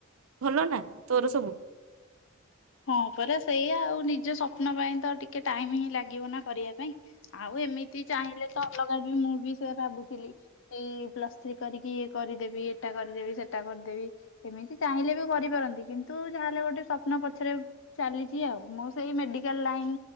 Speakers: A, on the right; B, on the left.
A: ଭଲ ନା ତୋର ସବୁ?
B: ହଁ ପରା ସେଇଆା ଆଉ ନିଜ ସ୍ୱପ୍ନ ପାଇଁ ତ ଟିକେ ଟାଇମ୍ ହିଁ ଲାଗିବ ନା କରିବା ପାଇଁ। ଆଉ ଏମିତି ଚାହିଁଲେ ତ ଲଗାବି ମୁଁ ବି ସେୟା ଭାବୁଥିଲି, ଏଇ ପ୍ଲସ ଥ୍ରୀ କରିକି ଇଏ କରିଦେବି, ଏଟା କରିଦେବି, ସେଟା କରିଦେବି, ଏମିତି ଚାହିଁଲେ ବି କରିପାରନ୍ତି, କିନ୍ତୁ ଯାହା ହେଲେ ଗୋଟେ ସ୍ୱପ୍ନ ପ ଛେରେ ଚାଲିଚି ଆଉ, ମୁଁ ସେଇ ମେଡିକାଲ୍ ଲାଇନ୍